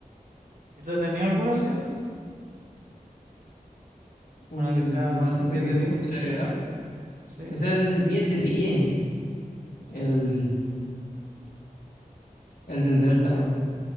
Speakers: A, on the right; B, on the left.
A: ¿Y tú tenías alguna así entonces?
B: Un
A: Una que sea
B: OST
A: diez
B: que
A: de
B: escuche
A: diez
B: arte.
A: Sí,
B: Que sea de diez de diez
A: sí.
B: El, el del Deltarune.